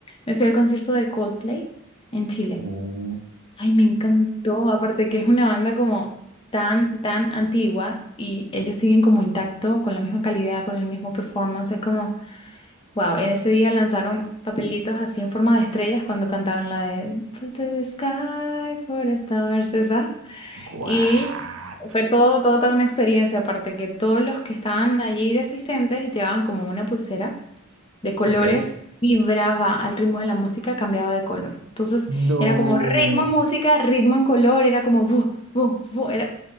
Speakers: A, on the left; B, on the right.
A: Me fui al concierto de Coldplay en Chile.
B: Uy,
A: Ay, me encantó. Aparte que es una banda como tan, tan antigua y ellos siguen como intacto, con la misma calidad, con el mismo performance. Es como, wow, ese día lanzaron papelitos así en forma de estrellas cuando cantaron la de For to the Sky, for the Stars, esa.
B: what?
A: Y fue todo, todo toda una experiencia, aparte que todos los que estaban allí de asistentes llevaban como una pulsera de colores,
B: Ok.
A: vibraba al ritmo de la música, cambiaba de color. Entonces
B: No.
A: era como ritmo en música, ritmo en color, era como bu, bu, bu, era